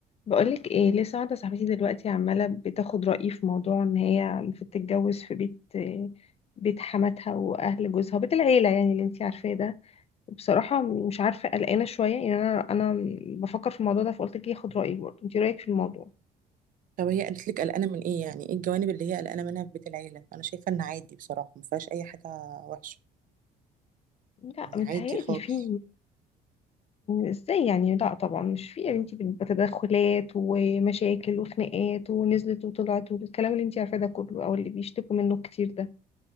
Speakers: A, on the left (about 35°); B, on the right (about 55°).
A: بقولك ايه لسه واحدة صاحبتي دلوقتي عمالة بتاخد رأيي في موضوع ان هي المفروض تتجوز في بيت بيت حماتها واهل جوزها بيت العيلة يعني اللي انتي عارفاه ده وبصراحة مش عارفة قلقانة شوية يعني انا انا بفكر في الموضوع ده فقلت لك اخد رأيك برضه انتي رأيك في الموضوع
B: طب هي قالت لك قلقانه من ايه يعني ايه الجوانب اللي هي قلقانه منها في بيت العيله انا شايفه ان عادي بصراحه ما فيهاش اي حاجه وحشه
A: لا
B: يعني
A: متهيألي
B: عادي خالص
A: في ازاي يعني لا طبعا مش في يا بنتي بتبقى تدخلات ومشاكل وخناقات ونزلت وطلعت والكلام اللي انتي عارفاه ده كله او اللي بيشتكوا منه كتير ده